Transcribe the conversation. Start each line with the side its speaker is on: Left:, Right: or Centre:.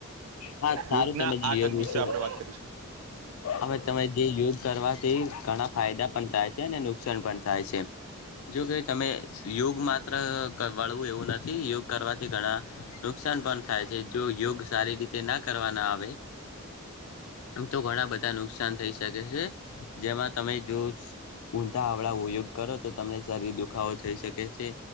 Left: હા સારું
Right: યોગના
Left: તમે લીઓ
Right: આઠ અંગ
Left: વિશે
Right: આપણે
Left: વાત
Right: કરીશું
Left: અમે તમે જે યોગ કરવાથી ઘણા ફાયદા પણ થાય છે ને નુકસાન પણ થાય છે. જોકે તમે યોગ માત્ર વળવું એવું નથી, યોગ કરવાથી ઘણા નુકસાન પણ થાય છે. જો યોગ સારી રીતે ના કરવાના આવે તો ઘણા બ ધા નુકસાન થઈ શકે છે. જેમાં તમે જો ઊંધા અવળા ઉપયોગ કરો તો તમને શરીર દુખાવો થઈ શકે છે.